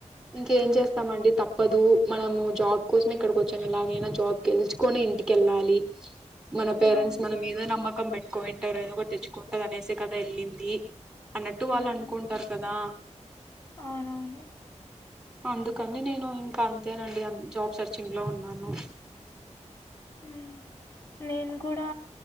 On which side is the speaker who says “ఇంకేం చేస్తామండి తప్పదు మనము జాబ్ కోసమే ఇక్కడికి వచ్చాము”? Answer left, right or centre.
Centre